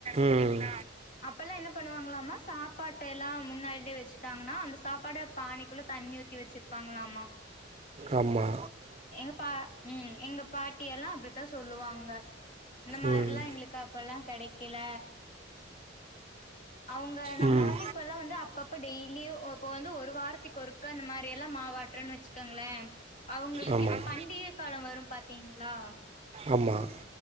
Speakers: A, on the right; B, on the left.
A: ம் ம்
B: அப்பெல்லா என்ன பண்ணுவாங்களாமா சாப்பாட்டெல்லா முன்னாடியே வச்சுட்டாங்கன்னா அந்த சாப்பாட பானைக்குள்ள தண்ணி ஊத் தி வச்சிர்ப்பாங்களாமா
A: ஆமா
B: எங்க பா ம் எங்க பாட்டி எல்லா அப்டித்தா சொல்லுவாங்க இந்த மார்லா
A: ம்
B: எங்களுக்கு அப்பெல்லா கெடைக்கல அவங்க நம்ம
A: ம்
B: வந்து இப்பெல்லா வந்து அப்பப்ப டெய்லியு இப்ப வந்து ஒரு வாரத்துக்கு ஒருக்க அந்த மாரி எல்லா மாவு ஆட்றனு வச் சுக்குங்களே அவங்களுக்கு
A: ஆமாம்
B: இந்த பண்டிகை காலொ வரும் பாத்தீங்களா
A: ஆமாம்